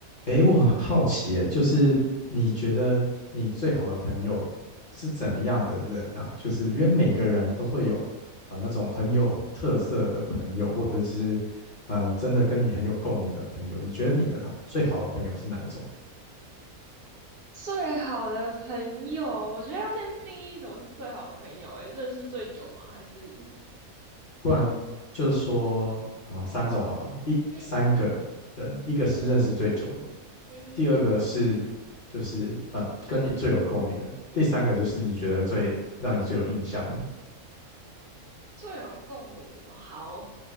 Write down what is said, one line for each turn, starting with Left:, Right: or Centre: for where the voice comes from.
Left: 诶，我很好奇耶，就是你觉得你最好的朋友是怎么样的人呢、就是因为每个人都会有啊、呃那种很有特色的朋友，或者是呃真的跟你很有共鸣的朋友。你觉得你的最好的朋友是哪一种？
Right: 最好的朋友，我觉得要先定义什么是最好的朋友、欸。诶，认识最久吗？还是
Left: 不然就说啊、三种好了，一三个
Right: 嗯
Left: 人，一个是认识最久的，
Right: 嗯哼，
Left: 第二个是就是呃跟你最有共鸣的，第三个就是你觉得最让你最有印象的。
Right: 最有共鸣哦？好，